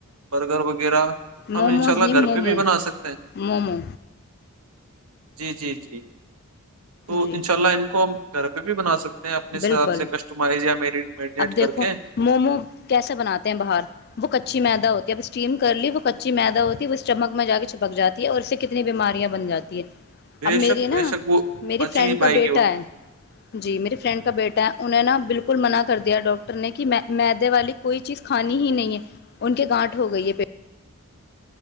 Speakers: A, on the right; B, on the left.
A: برگر وغیر وغیرہ ہم
B: موموز
A: انشاء اللہ
B: نہیں
A: گھر
B: مومو
A: پہ بھی بنا سکتے ہیں
B: مومو
A: جی جی جی تو
B: جی
A: ان شاء اللہ ان کو گھر پہ بھی بنا سکتے ہیں اپنے حساب
B: بالکل
A: سے کسٹمائز یا میری میڈینیٹ
B: اب دیکھو
A: کر کے
B: مومو کیسے بناتے ہیں باہر وہ کچی مید ہوتی ہے اب اسٹیم کر لی وہ کچی میدا ہوتی ہے وہ اسٹمک میں جا کے چھپک جاتی ہے اور اس سے کتنی بیماریاں بن جاتی ہے
A: بے
B: اب میری
A: شک
B: نا
A: بے شک وہ
B: میری
A: پچ
B: فرینڈ
A: ہی نہیں
B: کا
A: پائے
B: بیٹا
A: گی وہ
B: ہے جی میری فرینڈ کا بیٹا ہے انہیں نا بالکل منع کر د دیا ڈاکٹر نے کہ میدے والی کوئی چیز کھانی ہی نہیں ہے ان کے گانٹ ہو گئی ہے پٹ